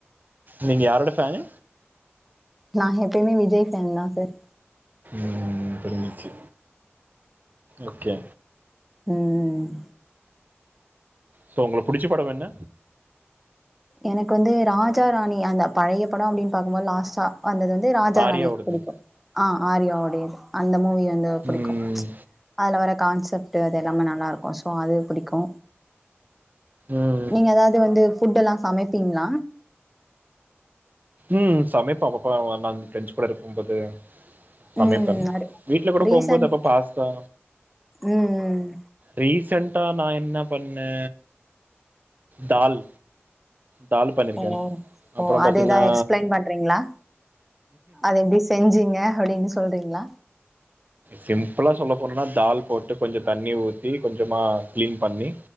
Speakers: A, on the right (about 40°); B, in the centre.
A: நீங்க யாரோட ஃபேனு
B: நா எப்பயுமே விஜய் ஃபேனுதா சார்
A: ம் புரிஞ்சிச்சு ஓகே
B: ம்ம்ம்
A: சோ உங்களுக்கு புடுச்ச படம் என்ன
B: எனக்கு வந்து ராஜா ராணி அந்த பழைய படோ அப்டின் பாக்கும் போது லாஸ்ட்டா வந்தது வந்து ராஜா
A: ஆரியாவோடது
B: ராணி புடிக்கு ஆ ஆர்யா வோட ஆரியாது அந்த மூவியு வந்து புடிக்கு
A: ம்
B: அதுல வரது கான்செப்ட்டு அது எல்லாமே நல்லாருக்கு சோ அது புடிக்கு
A: ம்
B: நீங்க ஏதாவது து வந்து ஃபுட் எல்லா சமைப்பீங்களா
A: ம் சமைப்போ அப்பப்போ நா ஃப்ரெண்ட்ஸ் கூட இருக்கும் போது சமைப்பன்
B: ம் நெறை
A: வீட்ல கூட
B: ரீசன்ட்
A: போகும் போது அப்பப்ப பாஸ்தா
B: ம் ம்
A: ரீசன்ட் ட்டா நா என்ன பண்ண தால் தால் பண்ணியிருக்கேன்.
B: ஓ
A: அப்புறம்
B: ஓ
A: பார்த்தீங்கன்னா,
B: அதேதா எக்ஸ்பிளைன் பண்றீங்களா அது எப்டி செஞ்சீங்க அப்டின்னு சொல் சொல்றீங்களா
A: சிம்பிளா சொல்ல போன்னுனா தால் போட்டு கொஞ்சோ தண்ணி ஊத்தி கொஞ்சமா கிளீன் பண்ணி